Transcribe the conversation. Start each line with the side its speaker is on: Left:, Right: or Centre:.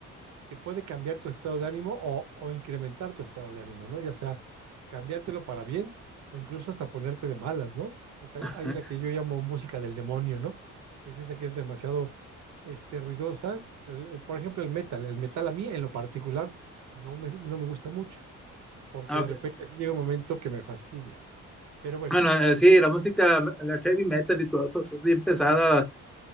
Right: te puede cambiar tu estado de ánimo o, o incrementar tu estado de ánimo, ¿no? Ya sea cambiártelo para bien o incluso hasta ponerte de malas, ¿no? Porque hay,
Centre: <laughs>
Right: hay una que yo llamo música del demonio, ¿no? Es esa que es demasiado este, ruidosa. El- el- por ejemplo, el metal. El metal a mí, en lo particular, no me, no me gusta mucho, porque
Centre: Ah,
Right: de
Centre: ok.
Right: repente sí llega un momento que me fastidia. Pero bueno,
Centre: Bueno, eh,
Right: este,
Centre: sí, la música, la heavy metal y todo eso, eso es bien pesada.